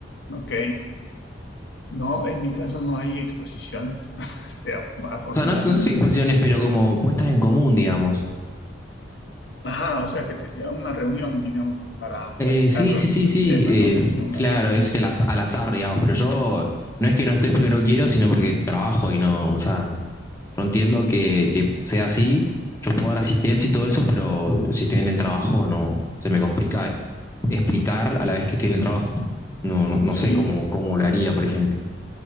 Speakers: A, on the left (about 70°); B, on the left (about 15°).
A: ok. No, en mi caso no hay exposiciones, <laughs> este, af- afortunadamente.
B: O sea, no, no sé si exposiciones, pero como puestas en común, digamos.
A: Ajá, o sea que te, te dan una reunión, digamos, que para platicar
B: Eh, sí, sí, sí,
A: el
B: sí.
A: tema,
B: eh,
A: ¿no? Sí, una
B: claro,
A: cosa así.
B: es el az- al azar, digamos, pero yo no es que no estoy porque no quiero, sino porque trabajo y no, o sea, Yo entiendo que, que sea así, yo puedo dar asistencia y todo eso, pero si estoy en el trabajo, no, se me complica explicar a la vez que estoy en el trabajo. No, no, no
A: Sí,
B: sé cómo, cómo lo haría, por ejemplo.